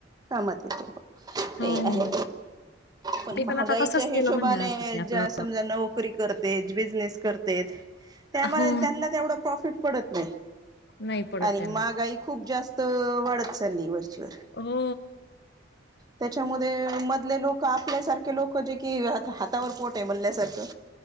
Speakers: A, on the right; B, on the left.
A: कामात येते हो.
B: हो
A: तेही आहे.
B: हो
A: पण
B: ते
A: महागाईच्या
B: आता तसंच केलं
A: हिशोबाने
B: म्हणजे असतं ते आपलं
A: ज्या समजा नोकरी करत तेज बिजनेस करतेत. त्या मानाने
B: हो
A: त्यांना तेवढं प्रॉफिट पडत नाही.
B: नाही पडत
A: आणि
B: त्यांना.
A: महागाई खूप जास्त वाढत चालली. वरच्यावर
B: हो.
A: त्याच्यामध्ये मधले लोक आपल्यासारखे लोक जे कि, हातावर पोट आहे म्हणल्यासारखं.